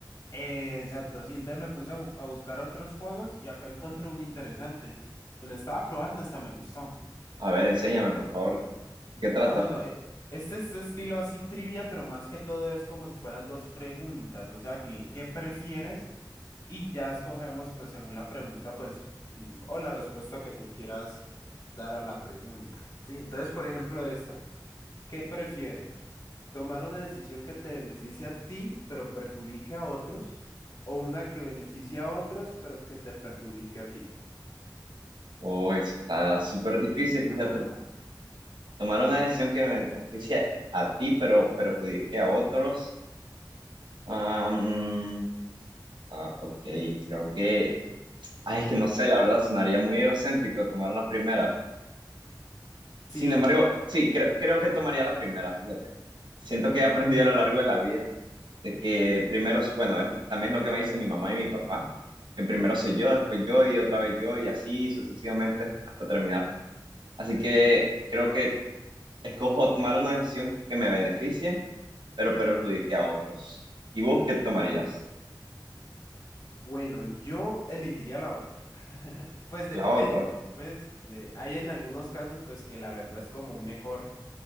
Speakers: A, on the left; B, on the right.
A: Eh, exacto, sí, entonces me puse a, ju- a buscar otros juegos y acá encontré un interesante. Pues lo estaba probando, hasta me gustó.
B: A ver, enséñame, por favor, ¿de qué trata?
A: Ah, bueno, e- este es estilo así trivia, pero más que todo es como si fueran dos preguntas, o sea, que, ¿qué prefieres? Y ya escogemos, pues, según la pregunta, pues, mm, o la respuesta que tú quieras dar a la pregunta. Sí, entonces, por ejemplo, esta, ¿qué prefieres? ¿Tomar una decisión que te beneficie a ti, pero perjudique a otros? ¿O una que beneficie a otros, pero que te perjudique a ti?
B: Oh, eso está súper difícil, fíjate.
A: Ah,
B: Tomar una decisión que me beneficie a ti, pero perjudique a otros. Am, ah, ok, creo que Ay, es que no sé, la verdad sonaría muy egocéntrico tomar la primera.
A: sí.
B: Sin embargo, sí, creo, creo que tomaría la primera, fíjate. Siento que he aprendido a lo largo de la vida de que primero, bueno, es- también es lo que me dicen mi mamá y mi papá, que primero soy yo, después yo y otra vez yo y así sucesivamente hasta terminar. Así que creo que escojo tomar una decisión que me beneficie, pero perjudique a otros. ¿Y vos qué tomarías?
A: Bueno, yo elegiría la otra. <laughs> Pues depende,
B: La otra.
A: pues de, hay en algunos casos pues que la verdad es como mejor